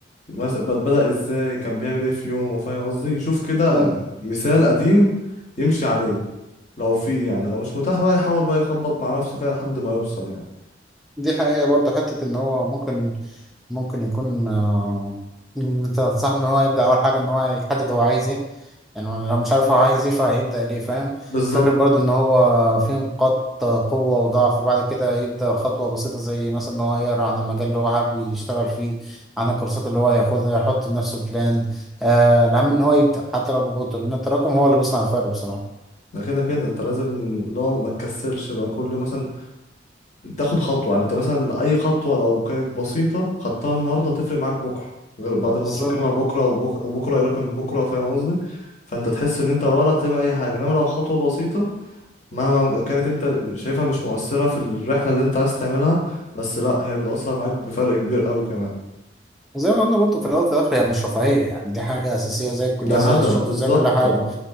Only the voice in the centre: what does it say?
مم.
دي حقيقة برضه حتة إن هو ممكن ممكن يكون آه، إن أنت تنصح إن هو يبدأ أول حاجة إن هو يحدد هو عايز إيه يعني لو مش عارف هو عايز إيه فهيبدأ ليه فاهم
فكرة برضه إن هو في نقاط قوة وضعف بعد كده يبدأ خطوة بسيطة زي مثلا إن هو يقرأ عن المجال اللي هو حابب يشتغل فيه عن الكورسات اللي هو ياخدها يحط لنفسه بلان آه الأهم إن هو يبدأ حتى لو ببطء لأن التراكم هو اللي بيصنع الفرق بصراحة
بالظبط.
زي ما قلنا برضه في الأول وفي الآخر هي مش رفاهية يعني دي حاجة أساسية زي الكلية
زي الشغل
زي كل حاجة